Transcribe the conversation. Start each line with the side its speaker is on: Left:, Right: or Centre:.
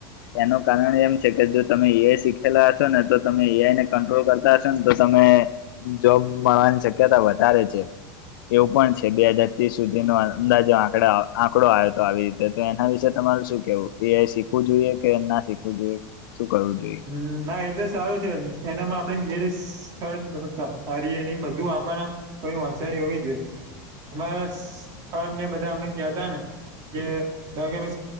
Left: એનું કારણ એમ છે કે જો તમે એ શ ખેલા હશો ને તો તમે એઆઈને કંટ્રોલ કરતા હશો ને તો તમે જોબ મળવાની શક્યતા વધારે છે. એવું પણ છે બે હાજાર ત્રીસ સુધીનો અંદાજો આંકડા આંકડો આવ્યો તો આવી તો એના વિશે તમારરે શું કેવું એઆઈ શીખવું જોઈએ કે ના શીખવું જોઈએ શું કરવું જોઈએ.
Right: હ ના એ તો સારું છે એનામાં આપડે જે રારી એ બધું આપણને. તોચારી હોવી જોઈએ અમારા સર ને બધા હમણા ગયા હતા ને. કે લગગ